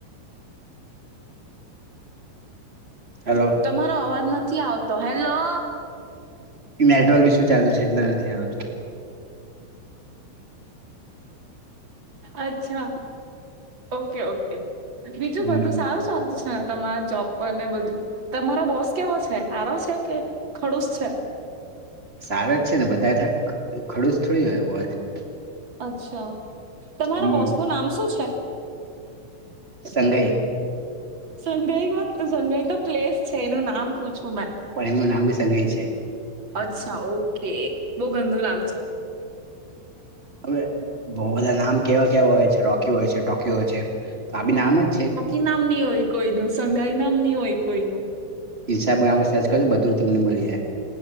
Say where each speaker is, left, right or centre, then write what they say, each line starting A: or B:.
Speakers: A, on the right; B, on the right.
A: હેલો
B: તમારો અવાજ નથી આવતો હેલો.
A: નેટવર્ક ઇશું ચાલુ છે, એટલ નથી આવતુ
B: અચ્છા ઓકે ઓકે બીજું
A: હમ
B: બધું સાવ ચ છે તમારે જોપર ને બધુ તમારો બોસ કેવો છે, આરો છે કે ખડુસ છે.
A: સારા જ છે ને બધા ખડું જ થોડીું હોય બહ
B: અચ્છા તમારા
A: હમ
B: બોસ નું નામ શું છે.
A: સંઘય
B: સંઘાઈમાં સંઘાઈ તો પ્લેસ છે, એનું નામ પૂછવું મે
A: પણ એમનું નામ ભી સંગે છે.
B: અચ્છા ઓકે બહ ગધુ નામ છે.
A: હવે બઉ બધા નામ કેવા કેવા હોય છે રોકી હોય છે ટોકીયો હોય છે, તો આ બી નામ જ છે.
B: એનામની હોય કોઈ ન સઘાઈ નામની હોય કોઈનુ
A: ઇન્સ્ટાગુગ્રામ પર સર્ચ કરો બધું તમને મળી જાય.